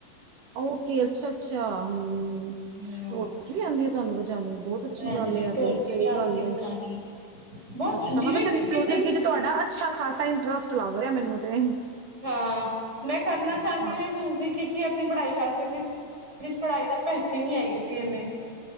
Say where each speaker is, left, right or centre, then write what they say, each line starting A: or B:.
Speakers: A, on the right; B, on the right.
A: ਓਕੇ ਅੱਛਾ ਅੱਛਾ ਹੂੰ,
B: ਹਮ
A: ਢੋਲਕੀ ਵੀ ਆਉਂਦੀ ਧੰਨਵਾਦ। <unintelligible> ਬਹੁਤ ਅੱਛੀ
B: ਹਾਂਜੀ
A: ਗੱਲ ਹੈ
B: ਢੋਲਕੀ
A: ਤੇ ਸਹੀ
B: ਵੀ ਆਉਂਦੀ
A: ਗੱਲ
B: ਹੈ
A: ਏ
B: ਵਜਾਣੀ ਬਹੁਤ
A: ਅੱਛਾ
B: ਜਿਵੇਂ
A: ਮਤਲਬ ਫਿਰ ਮਿਊਜਿਕ
B: ਕਿਸੇ ਨੂੰ
A: ਵਿਚ ਤੁਹਾਡਾ ਅੱਛਾ ਖਾਸਾ ਇੰਟਰਸਟ ਲੱਗਦਾ ਹੋਇਆ ਮੈਨੂੰ ਤੇ,
B: ਹਾਂ, ਮੈਂ ਕਰਨਾ ਚਾਹੁੰਦੀ
A: ਹਾਂ
B: ਹ ਮੈਂ ਮਿਊਜ਼ਿਕ ਚ ਹੀ ਨਹੀਂ ਪੜ੍ਹਾਈ ਕਰ ਸਕਦੀ <unintelligible> ਪੜ੍ਹਾਈ ਦਾ ਪੈਸੇ ਨਹੀਂ ਹੈਗੇ ਸੀ ਇੰਨੇ,